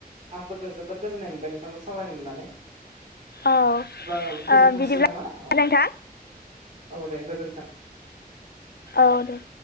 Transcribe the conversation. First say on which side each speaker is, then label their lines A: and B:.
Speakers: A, on the right; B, on the left.
A: आंबो गो जोबोर गोजोन्नाय मोनबाय नोंथांजों सावरायनो मोननानै
B: औ
A: अब्ला गोजोनथोंसै
B: ओ बिदिब्ला
A: नामा औ
B: नोंथां
A: औ दे गोजोनथों
B: औ दे